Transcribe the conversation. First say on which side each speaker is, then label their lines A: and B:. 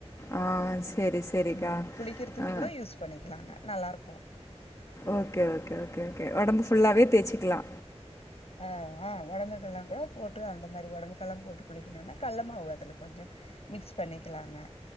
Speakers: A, on the left (about 25°); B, on the left (about 65°).
A: ஆ சரி சரிக்கா
B: ம் குளிக்கிறதுக்கு
A: ஆ
B: கூட யூஸ் பண்ணிக்கலாங்க நல்லாருக்கு
A: ஓகே ஓகே ஓகே ஓகே உடம்பு ஃபுல்லாவே தேய்சிக்கலா
B: ஆ ஆ உடம்புக்கெல்லா கூட போட்டு அந்த மாரி உடம்புக்கெல்லா போட்டு குளிக்கனுனா கள்ளமாவு அதுல கொஞ்சோ மிக்ஸ் பண்ணிக்கலாங்க